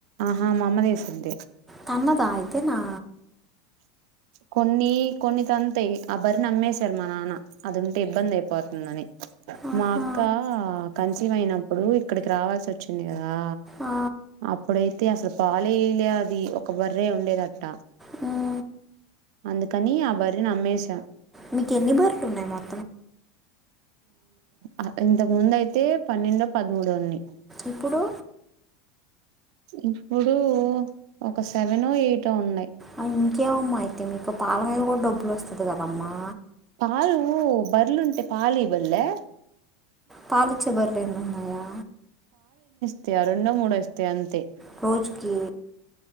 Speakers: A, on the right; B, in the centre.
A: ఆహా మామదేశంట
B: తన్నదా అయితేనా
A: కొన్ని కొన్ని తంతయి ఆ బరి నమ్మేసారు మా నాన్న అది ఉంటే ఇబ్బంది అయిపోతుందని
B: ఆహా
A: మా అక్క కంచీం అయినప్పుడు ఇక్కడికి రావాసిచ్చింది కదా
B: ఆ,
A: అప్పుడ ఇతిహస పాలేలే అది ఒక బర్రే ఉండేదట్ట
B: ఉ
A: అందుకని ఆ బరి నమ్మేస
B: మీకెన్ని బర్లున్నాయి మాక్
A: ఆ ఇంతకు ముందు అయితే పన్నెండో పద్దుమూడో ఉన్నయ్
B: ఇప్పుడు
A: ఇప్పుడు ఒక సెవెనో ఎయిటో ఉన్నయ్
B: అ ఇంకేవమ్మా అయితే మీకు పాలమీద కూడా డబ్బులు వస్తది కదమ్మా
A: పాలు బర్లుంటే పాలు ఇవల్లే
B: పాలిచ్చే బర్లే ఎన్నున్నాయా
A: ఇగ రెండో మూడో ఇస్తయి అంతే
B: రోజుకి